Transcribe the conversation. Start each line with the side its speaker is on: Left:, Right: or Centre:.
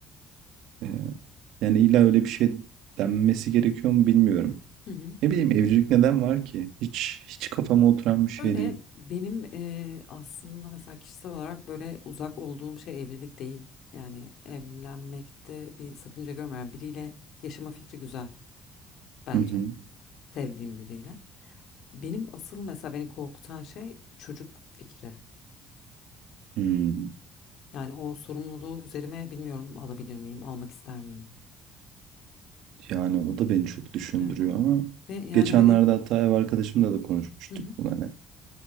Right: e, yani illa öyle bir şey denmesi gerekiyor mu bilmiyorum.
Left: Hı hı.
Right: Ne bileyim evcilik neden var ki? Hiç hiç kafama oturan bir şey
Left: Şöyle
Right: değil.
Left: benim eee, aslında mesela kişisel olarak böyle uzak olduğum şey evlilik değil. Yani evlenmekte bir sakınca görmeyen biriyle yaşama fikri güzel bence.
Right: Hı hı.
Left: Sevdiğim biriyle. Benim asıl mesela beni korkutan şey çocuk fikri.
Right: Hmm.
Left: Yani o sorumluluğu üzerime bilmiyorum alabilir miyim, almak ister miyim?
Right: Yani o da beni çok düşündürüyor
Left: Evet.
Right: ama
Left: Ve yani
Right: geçenlerde
Left: hani
Right: hatta ev arkadaşımla da konuşmuştuk
Left: hı hı.
Right: bunu hani